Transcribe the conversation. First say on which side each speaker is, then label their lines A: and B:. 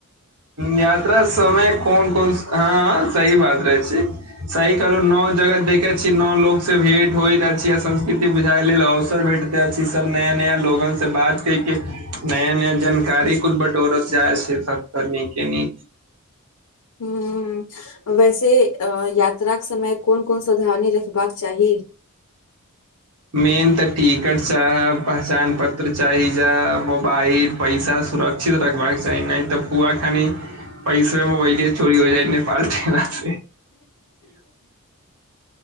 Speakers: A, on the right; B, on the left.
A: यात्रा समय कोन कोन हँ सही बात रहै छै सही कहलू नओ जगत देखैत छी नओ लोकसँ भेट होइत अछि आ संस्कृति बुझाए लेल अवसर भेटत अथी सब नय नया लोकोगो से बात क क नया नया जानकारी कुल बट <inaudible> टोरत जाइ छै तक तऽ नीके नीक <unintelligible> <unintelligible>
B: हू वैसे यात्रा के समय कोन कोन ध्यान रखबाक चाही
A: मेन तऽ टिकट चाह पहचान पत्र चाही जा मोबाइल पैसा सुरक्षित रखबाक चाही नहि त फूआ खानी पैसे मेबाईलबे चोरी हो जाइ नेपाल गेला से